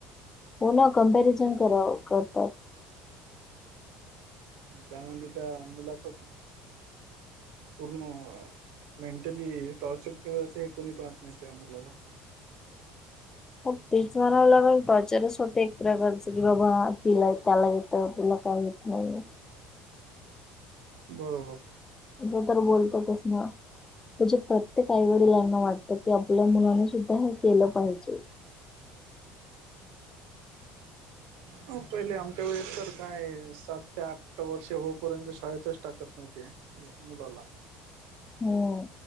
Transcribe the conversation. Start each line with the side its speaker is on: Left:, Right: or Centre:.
Left: हो ना, कम्पॅरिझन कराव करतात.
Right: त्यामध्ये त्या मुलाचा, पूर्ण मेंटली टॉर्चर केलं जातं हे कोणी पाहत नाही त्या मुलाला.
Left: तेच म्हणावं लागेल टॉर्चरच होत एक प्रकारच की बाबा तिला, त्याला येतं, तुला काय येत नाही. हो <unintelligible>
Right: बरोबर
Left: क तर बोलतोत च ना. म्हणजे प्रत्येक आई वडिलांना वाटतं की आपल्या मुलाने सुद्धा हे केलं पाहिजे.
Right: हो पहिले आमच्या वेळेस तर काय, सात ते आठ वर्षे हो पर्यंत शाळेतच टाकत नव्हते. मुलाला
Left: हो.